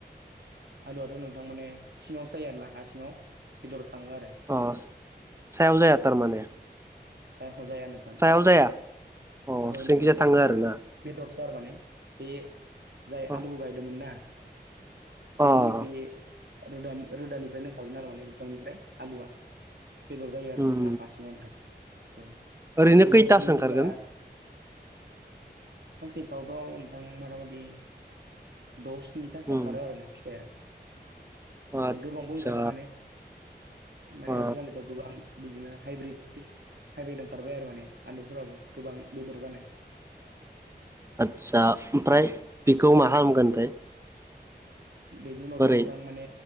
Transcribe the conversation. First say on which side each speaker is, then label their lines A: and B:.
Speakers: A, on the right; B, on the right.
A: आलुआथ' नोंथां माने सिङाव जायो आरो ना हा सिङाव बेदराव थाङो आरो।
B: अ सायाव जाया थारमाने।
A: साय हजाया नोथां।
B: दाव जाया अ
A: ओहो
B: सिंखिजा
A: नोंथां
B: थाङो आरोना
A: बेदरसो आरो माने बे जाय
B: अ
A: आलुखौ गायदोंमोन ना
B: अ
A: बेनि बे रो रोदानिफ्राय दोंखागोन आरोमाने बिांनिफ्राय आलुआ। बेदर जायो आरो
B: उम
A: सिङाव हा सिङावनो नोंथां औ ओमफ्राय
B: ओरैनो खैथासो
A: बिदिनो
B: ओंखारगोन
A: जेब्ला फांसेै फावथ' नोंथां मथा मथि दसनिथासो
B: उम
A: ओंखारो आरो ना फिथाया।
B: आदसा
A: गोबांबो ओंखारो माने माने
B: अ
A: आजिखालिथ' गोबां बिदिनो हाइब्रिद हाइब्रिद ओंखारबाय आरो माने आलुफोराबो गोबां बेदर जानाय।
B: आदसा ओमफ्राय बेखौ मा खालामगोन ओमफ्राय
A: बेनि उनावथ'
B: बोरै
A: नोंथां माने